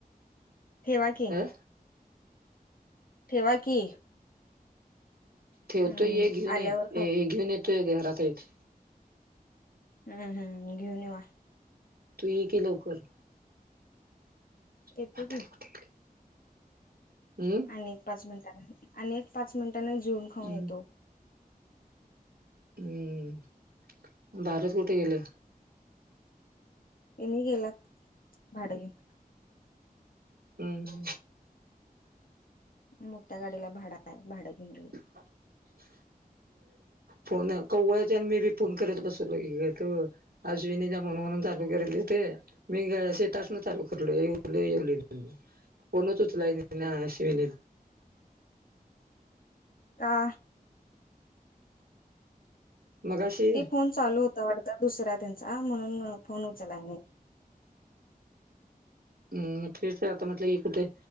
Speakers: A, on the left; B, on the right.
A: ठेवा की.
B: अ
A: ठेवा की.
B: ठेवतो
A: हम्म
B: ये घेऊन
A: आल्यावर
B: ये
A: खातो.
B: हे घेऊन येतोय घरात येत.
A: हम्म, हम्म घेऊन येवा.
B: तु ये की लवकर.
A: येतो
B: म्हातारी
A: की.
B: कुठे गेली हम्म.
A: आणि एक पाच मिनिटांन आणि एक पाच मिनिटांने जेवून खाऊन
B: हम्म
A: येतो.
B: हम्म भारत कुठे गेलं?
A: तेनी गेल्यात भाडं घेऊन.
B: हम्म.
A: मोठ्या गाडीला भाड आहे, भाडं घेऊन गेले.
B: <inaudible> फोन भावड्याच्या आणि मी बी फोन करत बसलो ग. अश्विनी च जमना म्हणून चालू केलेले ते. मी शेतासन चालू करलो येवलो येवली. फोनच उचलाय नाही ना अश्विनी.
A: का?
B: मगाशी
A: ते फोन चालू होता वाटत दुसरा त्यांचा म्हणून फोन उचलाय नाही.
B: हम्म तेच आता म्हटलं ही कुठे